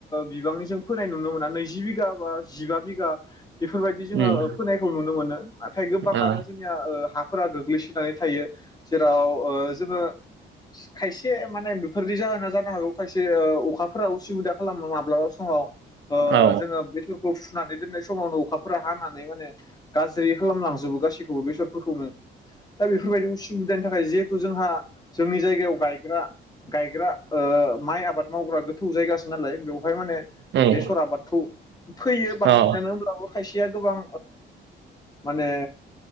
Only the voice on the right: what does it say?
उम
ओ
औ
उम
औ